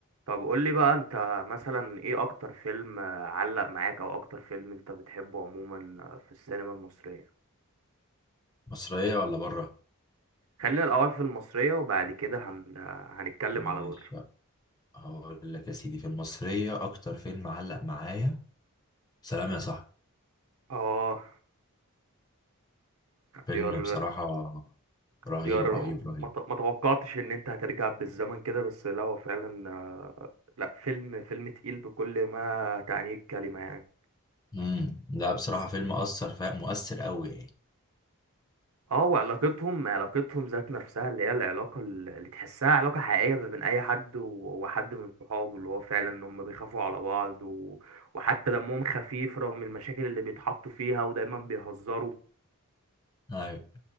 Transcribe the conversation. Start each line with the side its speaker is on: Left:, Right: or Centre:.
Right: طب قول لي بقى انت مثلا ايه اكتر فيلم آه، علق معاك او اكتر فيلم انت بتحبه عموما آه، في السينما المصرية
Left: مصرية ولا بره؟
Right: خلينا الاول في المصرية وبعد كده هن... آه، هنتكلم
Left: مش
Right: على بره
Left: هقول لك يا سيدي في المصرية أكتر فيلم معلق معايا سلام يا صاحبي
Right: اه اختيار
Left: فيلم بصراحة
Right: اختيار
Left: رهيب رهيب رهيب
Right: ما ت- ما توقعتش ان انت هترجع بالزمن كده بس لا هو فعلا آه، لا فيلم فيلم تقيل بكل ما تعنيه الكلمة يعني
Left: امم لا بصراحة فيلم أثر فا... مؤثر قوي يعني
Right: اه وعلاقتهم علاقتهم ذات نفسها اللي هي العلاقة ال- اللي تحسها علاقة حقيقية ما بين أي حد و- وحد من صحابه اللي هو فعلا إن هما بيخافوا على بعض و... وحتى دمهم خفيف رغم المشاكل اللي بيتحطوا فيها ودايما بيهزروا
Left: أيوة